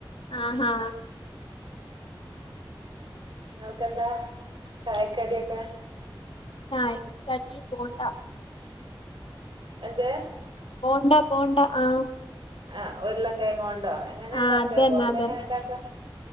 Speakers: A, on the left (about 85°); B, on the right (about 65°).
A: ആഹാ
B: നിങ്ങൾക്കെന്താ ചായ കടിയൊക്കെ
A: ചായക്ക് കടി ബോണ്ട
B: എന്ത്‌
A: ബോണ്ട ബോണ്ട ആഹ്
B: ആ ഉര്ളം കെങ്ങോണ്ടോ എങ്ങനെ ഇണ്ടാക്ക
A: ആഹ് അതന്നെ
B: ബോണ്ട
A: അതന്നെ
B: എങ്ങനെ ഇണ്ടാക്ക